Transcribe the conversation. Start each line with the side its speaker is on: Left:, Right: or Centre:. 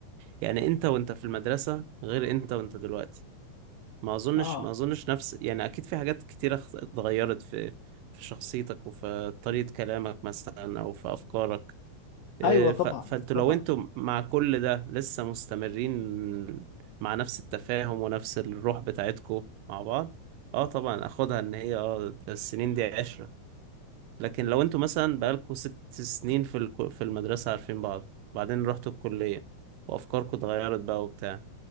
Right: يعني انت وانت في المدرسة غير انت وانت دلوقتي ما اظنش
Left: آه
Right: ما اظنش نفس يعني اكيد في حاجات كتيرة اخت- اتغيرت في في شخصيتك وفي طريقة كلامك مثلا او في افكارك إيه،
Left: أيوه طبعا
Right: ف... فانتوا
Left: طبعا
Right: لو انتوا مع كل ده لسه مستمرين مع نفس التفاهم ونفس الروح بتاعتكم مع بعض اه طبعا اخدها ان هي اه ده السنين دي عشرة لكن لو انتوا مثلا بقالكوا ست سنين في الكو- في المدرسة عارفين بعض وبعدين رحتوا الكلية وافكاركم اتغيرت بقى وبتاع